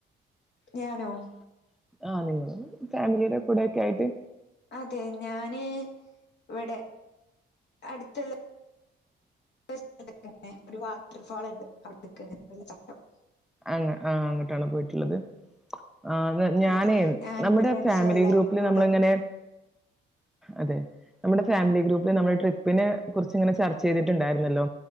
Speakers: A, on the left; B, in the centre.
A: ഞാനോ?
B: ആഹ് നിങ്ങള് ഫാമിലിന്റെ കൂടക്കെ ആയിട്ട്
A: അതെ ഞാന് ഇവടെ അട്ത്ത്ള്ള <unintelligible> ഒരു വാട്ടർഫാള്ണ്ട് അവ്ട്ക്ക് <unintelligible> വെള്ളച്ചാട്ടം.
B: അങ്ങ ആഹ് അങ്ങട്ടാണോ പോയിട്ട്ള്ളത്. ആഹ് ഞാനേയ്
A: അതെ
B: ന്നമ്മടെ
A: ഞാനും എന്റെ ഫ്രണ്ട്സും
B: ഫാമിലി
A: എല്ലാരും
B: ഗ്രൂപ്പില്
A: കൂടെ
B: ന്നമ്മള്ങ്ങനെ അതെ ന്നമ്മടെ ഫാമിലി ഗ്രൂപ്പിൽ ന്നമ്മൾ ട്രിപ്പിനെ കുറിച്ച്ങ്ങനെ ചർച്ചയ്ത്ട്ട്ണ്ടായിരുന്നല്ലോ.